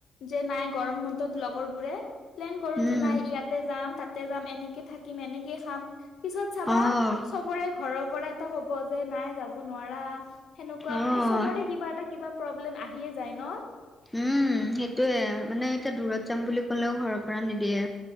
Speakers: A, on the left; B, in the centre.
A: যে নাই গৰম বন্ধত লগৰ বোৰে প্লেন কৰো
B: উম,
A: যে নাই ইয়াতে যাম, তাতে যাম এনেকে থাকিম এনেকে খাম পিছত চাবা
B: অ',
A: চবৰে ঘৰৰ পৰা এটা কব যে নাই যাব নোৱাৰা সেনেকুৱা
B: অ'।
A: মানে চবৰে কিবা এটা কিবা প্ৰব্লেম আহিয়ে যায় ন?
B: উম! সেইটোয়ে মানে এতিয়া দূৰত যাম বুলি ক'লেও ঘৰৰ পৰা নিদিয়ে